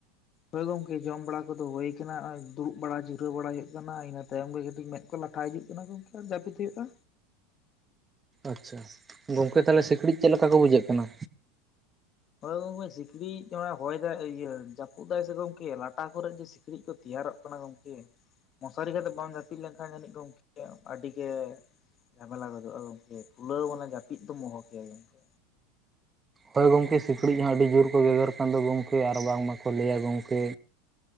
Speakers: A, on the left; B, on the right.
A: ᱦᱚᱭ ᱜᱚᱝᱠᱮ ᱡᱚᱢ ᱵᱟᱲᱟ ᱠᱚᱫᱚ ᱦᱩᱭ ᱠᱟᱱᱟ ᱦᱚᱸᱜ-ᱚᱭ ᱫᱩᱲᱩᱵ ᱵᱟᱲᱟ ᱡᱤᱨᱟᱹᱣ ᱵᱟᱲᱟ ᱦᱩᱭᱩᱜ ᱠᱟᱱᱟ ᱤᱱᱟᱹ ᱛᱟᱭᱚᱢ ᱜᱮ ᱠᱟᱹᱴᱤᱡ ᱢᱮᱫ ᱠᱚ ᱞᱟᱴᱷᱟ ᱤᱫᱤᱜ ᱠᱟᱱᱟ ᱜᱚᱝᱠᱮ, ᱟᱨ ᱡᱟᱯᱤᱫ ᱦᱩᱭᱩᱜᱼᱟ᱾
B: ᱟᱪᱪᱷᱟ, ᱜᱚᱝᱠᱮ ᱛᱟᱦᱚᱞᱮ ᱥᱤᱠᱤᱲᱤᱡ ᱪᱮᱫ ᱞᱮᱠᱟ ᱠᱚ ᱵᱩᱡᱷᱟᱜ ᱠᱟᱱᱟ?
A: ᱦᱚᱭ ᱜᱚᱝᱠᱮ ᱥᱤᱠᱲᱤᱡ ᱚᱱᱟ ᱦᱚᱭ ᱫᱟᱭ ᱟ ᱤᱭᱟᱹ ᱡᱟᱹᱯᱩᱫ ᱫᱟᱭ ᱥᱮ ᱜᱚᱝᱠᱮ ᱞᱟᱴᱟ ᱠᱚᱨᱮ ᱡᱮ ᱥᱤ ᱠᱤᱲᱤᱡ ᱠᱚ ᱛᱮᱭᱟᱨᱚᱜ ᱠᱟᱱᱟ ᱜᱚᱝᱠᱮ, ᱢᱚᱥᱟᱨᱤ ᱠᱟᱛᱮ ᱵᱟᱝ ᱡᱟᱹᱯᱤᱫ ᱞᱮᱱ ᱠᱷᱟᱱ ᱡᱟᱱᱤᱡ ᱜᱚᱝᱠᱮ ᱟᱹᱰᱤ ᱜᱮ ᱡᱷᱟᱢᱮᱞᱟ ᱜᱚᱫᱚᱜᱼᱟ ᱜᱚᱝᱠᱮ, ᱠᱷᱩᱞᱟᱹᱣ ᱢᱟᱱᱮ ᱡᱟᱹᱯᱤᱫ ᱫᱚᱢ ᱚᱦᱚ ᱠᱮᱭᱟ ᱜᱚᱝᱠᱮ᱾
B: ᱦᱳᱭ ᱜᱚᱝᱠᱮ ᱥᱤᱠᱲᱤᱡ ᱦᱚᱸ ᱟᱹᱰᱤ ᱡᱳᱨ ᱠᱚ ᱜᱮᱜᱮᱨ ᱠᱟᱱ ᱫᱚ ᱜᱚᱝᱠᱮ ᱟᱨ ᱵᱟᱝᱢᱟᱠᱚ ᱞᱟᱹᱭᱟ ᱜᱚᱝᱠᱮ